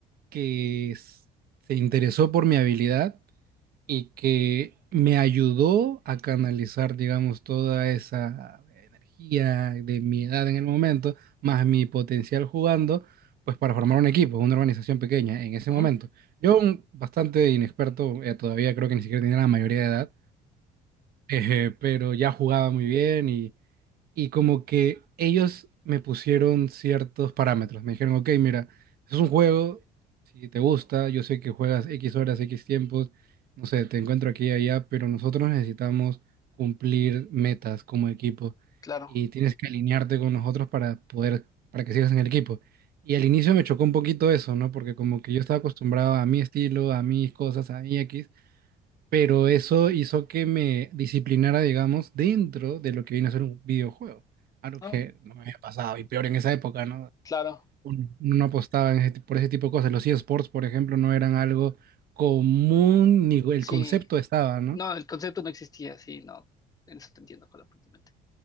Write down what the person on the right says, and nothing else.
que s- se interesó por mi habilidad y que me ayudó a canalizar, digamos, toda esa energía de mi edad en el momento, más mi potencial jugando, pues para formar un equipo, una organización pequeña en ese
momento. Yo, un- bastante inexperto, eh, todavía creo que ni siquiera tenía la mayoría de edad, <laughs> eh, pero ya jugaba muy bien y y como que ellos me pusieron ciertos parámetros. Me dijeron, ok, mira, es un juego, si te gusta, yo sé que juegas X horas, X tiempos, no sé, te encuentro aquí y allá, pero nosotros necesitamos cumplir metas como equipo
y tienes que alinearte con nosotros para poder, para que sigas en el equipo. Y al inicio me chocó un poquito eso, ¿no? Porque como que yo estaba acostumbrado a mi estilo, a mis cosas, a mi X, pero eso hizo que me disciplinara, digamos, dentro de lo que viene a ser un videojuego. Algo
que no me había pasado, y peor en esa época, ¿no?
Uno no apostaba en ese ti- por ese tipo de cosas. Los eSports, por ejemplo, no eran algo común, ni el
concepto estaba, ¿no?